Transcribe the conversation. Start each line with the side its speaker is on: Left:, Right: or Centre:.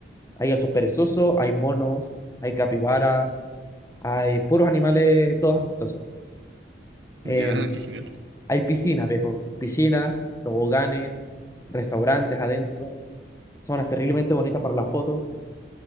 Left: Hay osos perezosos, hay monos, hay capibaras, hay puros animales, todos amistosos. Em,
Right: Ya, qué genial.
Left: hay piscinas, viejo. Piscinas, toboganes, restaurantes adentro. Zonas terriblemente bonitas para la foto.